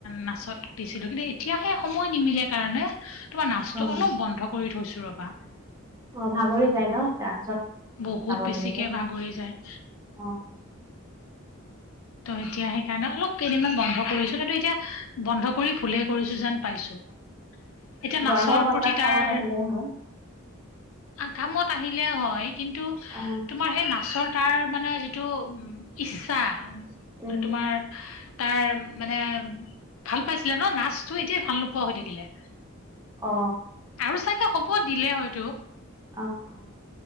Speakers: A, on the left; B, on the right.
A: নাচত দিছিলো। কিন্তু এতিয়া সে সময় নিমিলে কাৰণে তোমাৰ নাচটো
B: অ'
A: অলপ বন্ধ কৰি থৈছো ৰবা
B: অ, ভাগৰি যায় ন ডান্সত?
A: বহুত
B: যাব
A: বেছিকে
B: লাগিলে
A: ভাগৰি যায়।
B: অ'
A: ত' এতিয়া সেইকাৰণে অলপ কেইদিনমান বন্ধ কৰিছোঁ, কিন্তু এতিয়া বন্ধ কৰি ভুলে কৰিছোঁ যেন পাইছো। এতিয়া
B: গৰমৰ
A: নাচৰ
B: বন্ধত
A: প্ৰতি
B: কামত
A: তাৰ
B: আহিলে হয়
A: আ, কামত আহিলে হয়, কিন্তু
B: অ'
A: তোমাৰ সেই নাচৰ তাৰ মানে যিটো উ ইচ্ছা,
B: উম
A: তোমাৰ তাৰ মানে ভাল পাইছিলে ন নাচটো এতিয়া ভাল নোপোৱা হৈ থাকিলে
B: অ
A: আৰু চাগে হব দিলে হয়তো
B: অ অ